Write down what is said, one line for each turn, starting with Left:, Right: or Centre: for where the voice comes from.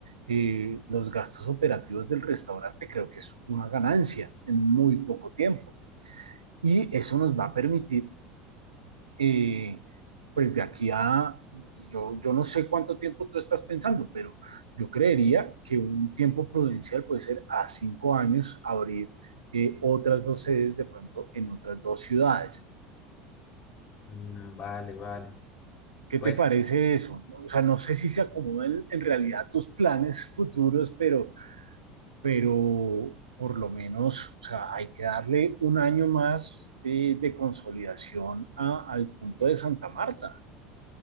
Right: eh, los gastos operativos del restaurante, creo que es una ganancia en muy poco tiempo. Y eso nos va a permitir eh, pues de aquí a, yo, yo no sé cuánto tiempo tú estás pensando, pero yo creería que un tiempo prudencial puede ser a cinco años abrir eh, otras dos sedes de pronto en otras dos ciudades.
Left: Mm, Vale, vale.
Right: ¿Qué
Left: Pues
Right: te parece eso? O sea, no sé si se acomodan en realidad tus planes futuros, pero, pero por lo menos, o sea, hay que darle un año más eh, de consolidación a- al punto de Santa Marta.